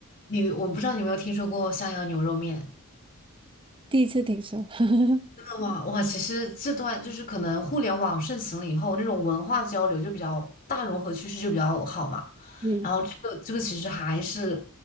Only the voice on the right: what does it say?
第一次听说。<laughs>
嗯，